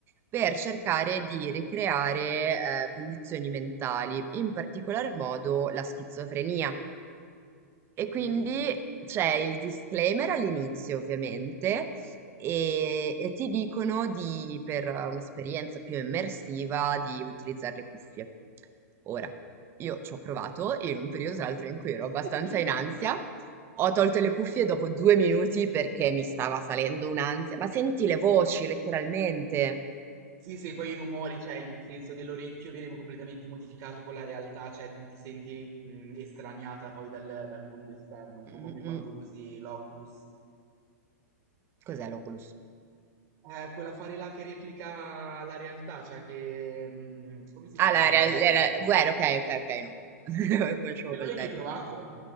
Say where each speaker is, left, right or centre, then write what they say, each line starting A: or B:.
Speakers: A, on the right (about 25°); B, on the right (about 45°).
A: per cercare di ricreare eh, condizioni mentali, in particolar modo la schizofrenia. E quindi
B: Dai.
A: c'è il disclaimer all'inizio, ovviamente, e, e ti dicono di, per eh, un'esperienza più immersiva di utilizzare le cuffie. Ora, io ci ho provato in un periodo tra l'altro in cui ero abbastanza
B: <laughs>
A: in ansia. Ho tolto le cuffie dopo due minuti perché mi stava salendo un'ansia. Ma senti le voci, letteralmente.
B: Sì, sì, poi i rumori, cioè il senso dell'orecchio viene completamente modificato con la realtà, cioè tu ti senti mh, estraniata poi dal, dal mondo esterno, un po'
A: Mm,
B: come
A: mm.
B: quando
A: mm.
B: usi l'Oculus.
A: Cos'è l'Oculus?
B: Eh, quell'affare là che replica la realtà, cioè che... mh, come si
A: Ah,
B: chiama?
A: la,
B: Il
A: la,
B: VR.
A: la- la- VR, ok, ok, ok, non, <laughs> non conoscevo
B: Quello
A: quel
B: l'hai
A: termine.
B: mai provato?